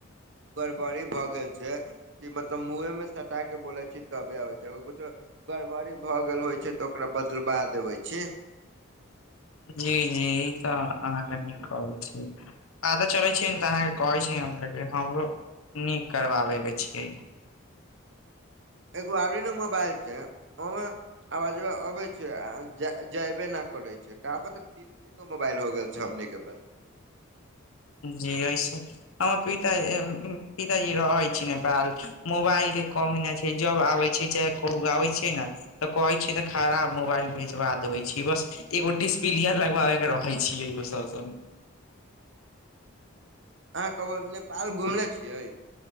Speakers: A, on the right (about 55°); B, on the left (about 85°).
A: गड़बड़ी भए गेल छै कि मतलब मुहे में सटा के बोलै छी तबे आबै छै अग किछो गड़बड़ी भऽ गेल होइ छै तऽ ओकरा बदलबा देबै छी
B: जी जी ई तऽ अहाँके न कहै छी पता चले छै तऽ अहाँके कहै छी हमर हमरो नीक करबाबे के छीयै
A: एगो आरी नऽ मोबाइल छै ओमे आ अबै छै आ जैबे न करै छै त <unintelligible> तीनगो मोबाइल हो गेल छै। हमनी के पास
B: जी ऐसे हमर पिताजी पिताजी रहै छै। नेपाल मोबाइल के कमी नहि छै। जब आबै छै। चाहे कहू आबै छै ने तऽ कहै छी तऽ खराब मोबाइल भेजवा देबे छी बस एगो डिस्पलियर लगवाबे के रखे छियै ओ सभ
A: अहाँ कहब नेपाल घुमले छियै?